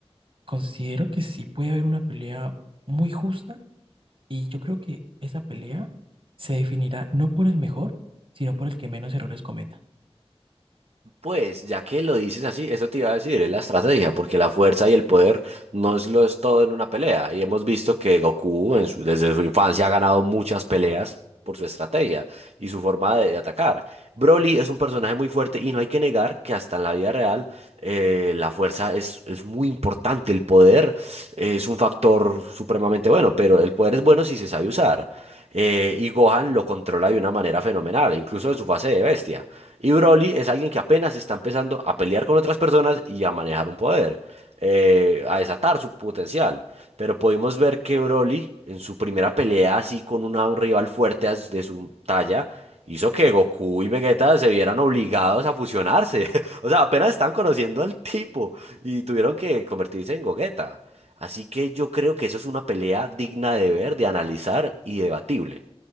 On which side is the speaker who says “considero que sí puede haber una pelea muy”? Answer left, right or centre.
Right